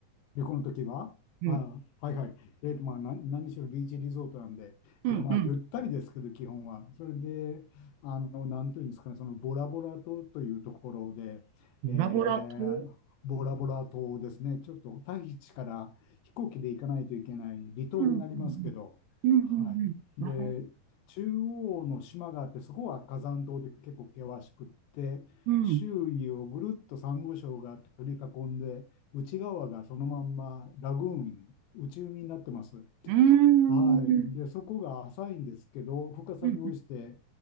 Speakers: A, on the left; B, on the right.
A: 旅行の時は、
B: うん。
A: あ、はいはい。えっと、まあ、な、何しろビーチリゾートなんで、
B: うんうん。
A: えっと、まあ、ゆったりですけど、基本は。それで、あの、なんというんですかね、そのボラボラ島というところで、
B: ボラボラ島
A: えーボラボラ島ですね、ちょっとタヒチから飛行機で行かないといけない離島になりますけど、
B: うんうんうんうんうんうん。
A: はい。で、
B: あ、
A: 中央の島があって、そこは火山島で結構険しくって、
B: うん。
A: 周囲をぐるっとサンゴ礁が取り囲んで、内側がそのまんまラグーン、内海になってます。
B: うーん。
A: はい。
B: うん
A: で、そこが浅いんですけど、深さに応じて
B: うん